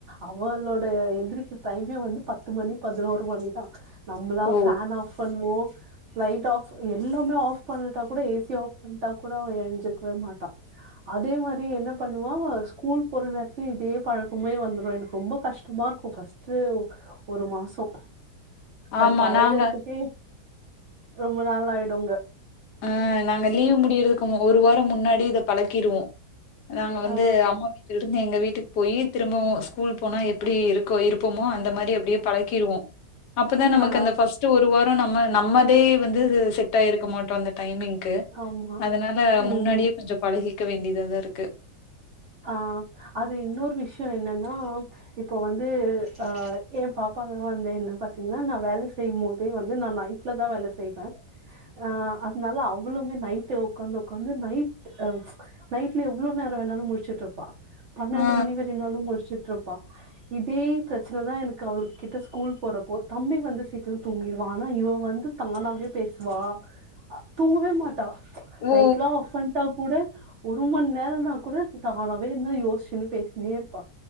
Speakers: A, on the right; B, on the left.
A: அவளோடய எந்திரிக்க டைமே வந்து பத்து மணி பதினோரு மணிதா நம்மளா
B: ஓ
A: ஃபான் ஆஃப் பண்ணுவோ லைட் ஆஃப் எல்லாமே ஆஃப் பண்ணிட்டா கூட ஏ சி <unintelligible> ஆஃப் பண்ட்டா கூட அவ எரிஞ்சிக்கவே மாட்டா அதே மாரி என்ன பண்ணுவா ஸ்கூல் போற நேரத்துல இதே பழக்கமே வந்துரு எனக்கு ரொம்ப கஷ்டமா இருக் ஓ ஃபஸ்ட்டு ஒரு மாசோ அது
B: ஆமா
A: பழகறதுக்கே
B: நாங்க
A: ரொம்ப நாள் ஆயிடுங்க
B: ஆ நாங்க லீவ் முடியறதுக்கு ஒரு வாரோ முன்னாடி இத பழக்கிருவோ நாங்க வந்து
A: ஆ
B: அம்மா வீட்லருக் இருந்து எங்க வீட்டுக்கு போய் திரும்பவு ஸ்கூல் போனா எப்டி இருக்கோ இருப்போமோ அந்த மாரி அப்டியே பழக்கிருவோ அப்போதா நமக்கு
A: ஆ
B: அந்த ஃபர்ஸ்ட் ஒரு வாரோ நம்ம நமே அதே வந்து செட் ஆயிருக்க மாட்டோ அந்த டைமிங்க்கு
A: ஆமா
B: அதுனால
A: ம்
B: முன்னாடியே கொஞ்சோ பழகிக்க வேண்டியத தா இருக்கு
A: ஆ அது இன்னொரு விஷயோ என்னன்னா இப்போ வந்து ஆ எ பாப்பாங்களா வந்து என்ன பாத்தீங்கன்னா நா வேல செய்யும் போதே வந்து நா நை ட்லதா வேல செய்வே ஆ அதுனால அவ்ளவுமே நைட்டு உக்காந்து உக்காந்து நைட்டு அ நைட்ல எவ்ளோ நேரோ வேணாலு முலிச்சுட்டு இருப்பா பன்னெண்டு
B: ஆ
A: மணி வரனாலு முழிச்சுட்டு இருப்பா இதே பிரச்சனதா எனக்கு அவளுக்கு கிட்ட ஸ்கூல் போறப்போ தம்பி வந்து சீக்கிரம் தூங்கிடுவா ஆனா இவ வந்து தங்கமாவே பேசுவா தூங்கவே மாட் டா
B: ஓ
A: லைட்லா ஆஃப் பண்டா கூட ஒரு மண்நேரோ தூங்குனா கூட தானாவே என்ன யோசிச்சுன்னு பேசின்னே இருப்பா